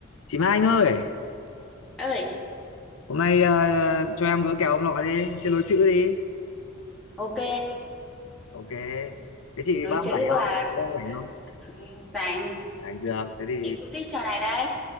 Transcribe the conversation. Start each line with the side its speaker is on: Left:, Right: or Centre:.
Left: Chị Mai Anh ơi,
Centre: ơi
Left: hôm nay ờ, cho em gỡ kèo ông nọ đi, chơi lối chữ đi.
Centre: ok
Left: Ok, thế chị
Centre: nối
Left: có đang
Centre: chữ
Left: rảnh
Centre: là
Left: không? Chị có đang rảnh không?
Centre: ừm, dành
Left: Rảnh được, thế thì
Centre: chị cũng thích trò này đấy